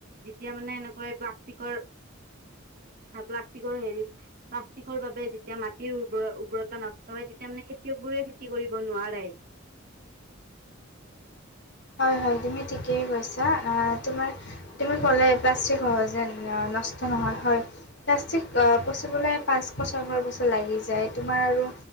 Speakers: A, on the right; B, on the left.
A: যেতিয়া মানে এনেকৈ প্লাষ্টিকৰ প্লাষ্টিকৰ হেৰি প্লাষ্টিকৰ বাবে যেতিয়া মাটিৰ উৰৰ উৰ্বৰতা নষ্ট হয় তেতিয়া মানে খেতিয়ক বোৰে খেতি কৰিব নোৱাৰে। <inaudible>
B: হয় হয় তুমি ঠিকেই কৈছা তোমাৰ তুমি ক'লে প্লাষ্টিক সহজে নষ্ট নহয় হয়, পাষ্টিক পচিবলে পাঁচ বছৰ, ছয়শৰ বছৰ লাগি যায় তোমাৰ আৰু